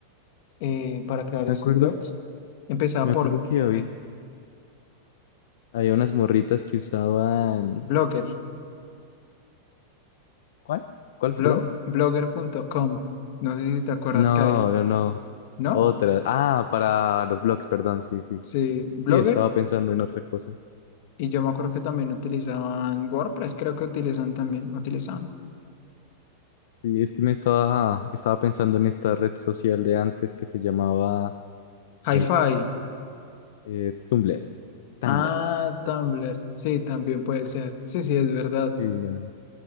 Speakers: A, on the left (about 40°); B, on the left (about 60°).
A: eh, para crear
B: Me
A: esos
B: acuerdo,
A: blogs? Empezaba
B: me
A: por
B: acuerdo que había,
A: ve,
B: había unas morritas que usaban...
A: Blogger,
B: ¿Cuál? ¿Cuál,
A: blo-
B: perdón?
A: blogger.com. No sé si te acuerdas
B: No,
A: que ahí,
B: no, no.
A: ¿no?
B: Otra. Ah, para los blogs, perdón, sí, sí.
A: Sí, Blogger.
B: Sí, estaba pensando en otra cosa.
A: Y yo me acuerdo que también utilizaban WordPress, creo que utilizan también, utilizaban.
B: Sí, es que me estaba, estaba pensando en esta red social de antes que se llamaba
A: Hi-Fi.
B: el eh, Tumblr. Tumblr.
A: Ah, Tumblr. Sí, también puede ser. Sí, sí, es verdad.
B: Sí, la-